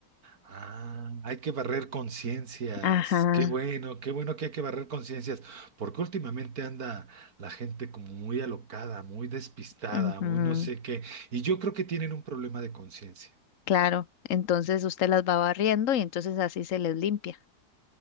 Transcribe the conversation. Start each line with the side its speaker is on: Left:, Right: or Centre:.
Right: Ah, hay que barrer conciencias.
Left: Ajá,
Right: Qué bueno, qué bueno que hay que barrer conciencias, porque últimamente anda la gente como muy alocada, muy despistada,
Left: ujú,
Right: muy no sé qué, y yo creo que tienen un problema de conciencia.
Left: claro. Entonces usted las va barriendo y entonces así se les limpia.